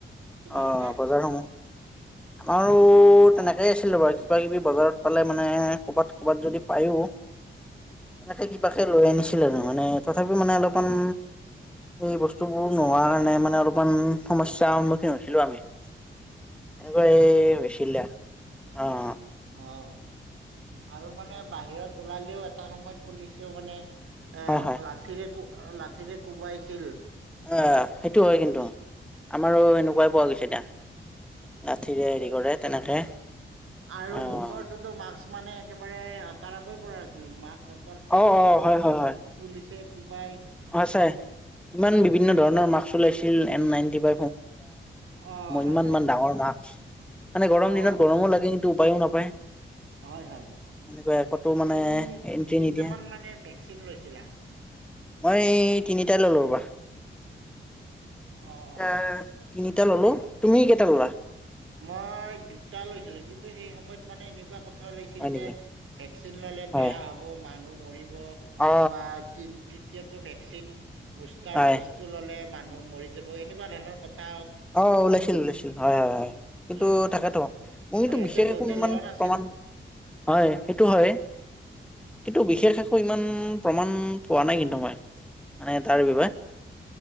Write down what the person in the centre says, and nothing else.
অৱ বজাৰসমূহ আমাৰো তেনেকেই আছিল বাৰু কিবা কিবি বজাৰত পালে মানে কৰ'বাত ক'ৰবাত যদি পায়ো। এনেকে কিবাকে লৈ আনিছিল আৰু মানে তথাপিও মানে অলপমান। এই বস্তুবোৰ নোহোৱা কাৰণে মানে অলপমান সমস্যা সন্মুখীন হৈছিলো আমি এনেকুৱা, এই হৈছিল অৱ অৱ।
হয় হয়
এৱ সেইটো হয় কিন্তু। আমাৰো এনেকুৱাই পোৱা গৈছে না, লাঠিৰে হেৰি কৰে তেনেকে।
অ'।
অঁ অঁ, হয় হয় হয়।
অঁ সচাঁই, ইমান বিভিন্ন ধৰণৰ মাক্স ওলাইছিল, এন নাইনটি- বা
ইমানমান
ডাঙৰ মাক্স মানে গৰম
দিনত গৰমো লাগে কি- টো উপায়ো নাপায়,
এনেকৈ আকৌ তোৰ মানে
এণ্ট্ৰি
নিদিয়ে।
মই তিনিটাই ললো ৰবা তিনিটা।
তিনিটা ল'লোঁ, তুমি কেইটা ল'লা?
হয় নেকি
হয়
অ
হয়
অঁ ওলাইছিল ওলাইছিল হয় হয় হয়। কিন্তু
তাকেতো মইটো
বিশেষ
একো ইমান
প্ৰমাণ, হয় সেইটো হয়। কিন্তু বিশেষ একো ইমান প্ৰমাণ পোৱা নাই কিন্তু মই। মানে তাৰ বিষয়।